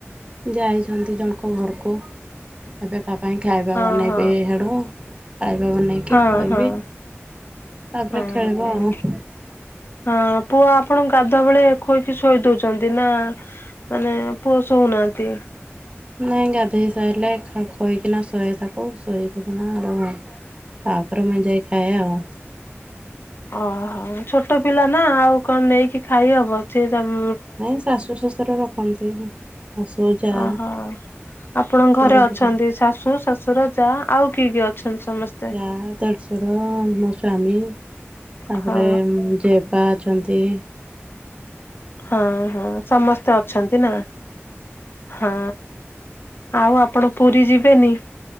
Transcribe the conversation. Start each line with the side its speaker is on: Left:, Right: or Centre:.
Right: ଯାଇଛନ୍ତି ଜଣଙ୍କ ଘରକୁ ଏବେ ତା ପାଇଁ ଖାଇବା
Left: ହଁ
Right: ବନେଇବି
Left: ହଁ।
Right: ହେଡ଼ୁ ଖାଇବା ବନେଇକି
Left: ହଁ
Right: ଖୁଆଇବି
Left: ହଁ
Right: ତାପରେ
Left: ହଁ
Right: ଖେଳିବ ଆଉ।
Left: ହଁ ପୁଅ ଆପଣଙ୍କ ଗାଧୁଆ ବେଳେ ଖୁଇକି ଶୋଇ ଦଉଛନ୍ତି ନା ମାନେ ପୁଅ ଶଉନାହାନ୍ତି।
Right: ନାଇଁ ଗାଧୋଇ ସାରିଲେ ଖୋଇକିନା ଶୋହେ ତାକୁ ଶୋଇଉଟିକିନା ଆରୁ ତା ପରେ ମୁଁ ଯାଏଁ ଖାଏ ଆଉ।
Left: ଓହୋ ଛୋଟ ପିଲା ନା ଆଉ କଣ ନେଇକି ଖାଇହବ ସେ ସମ୍
Right: ନାଇଁ ଶାଶୁ ଶଶୁର ରଖନ୍ତି ଶାଶୁ ଯା
Left: ଓହୋ। ଆପଣଙ୍କ
Right: ସେ
Left: ଘରେ
Right: ରହିଲେ
Left: ଅଛନ୍ତି ଶାଶୁ ଶଶୁର ଯା ଆଉ କିଏ କିଏ ଅଛନ୍ତି ସମସ୍ତେ?
Right: ଯା ଦେଡ଼ଶୁର ମୋ ସ୍ୱାମୀ ତାପରେ
Left: ହଁ
Right: ଯେପା ଅଛନ୍ତି।
Left: ହଁ ହଁ ସମସ୍ତେ ଅଛନ୍ତି ନା ହଁ। ଆଉ ଆପଣ ପୁରୀ ଯିବେନି